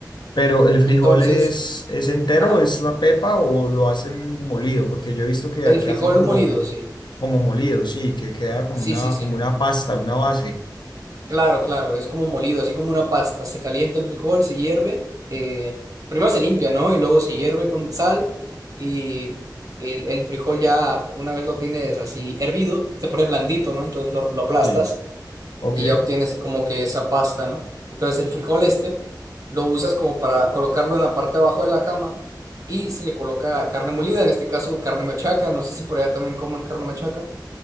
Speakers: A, on the left; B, on the right.
A: Pero el frijol
B: Entonces,
A: es, es entero,
B: ajá,
A: es la pepa o lo hacen molido, porque yo he visto que,
B: el
A: que
B: frijol
A: hacen como,
B: molido, sí.
A: como molido, sí, que queda como
B: Sí,
A: una,
B: sí, sí.
A: como una pasta, una base.
B: Claro, claro, es como molido, así como una pasta. Se calienta el frijol, se hierve. eh, primero se limpia, ¿no? Y luego se hierve con sal. Y el, el frijol ya, una vez lo tienes así hervido, se pone blandito, ¿no? Entonces lo, lo aplastas
A: Sí. Ok.
B: y ya obtienes como que esa pasta, ¿no? Entonces el frijol este lo usas como para colocarlo en la parte de abajo de la cama y se le coloca carne molida, en este caso carne machaca. No sé si por allá también coman carne machaca.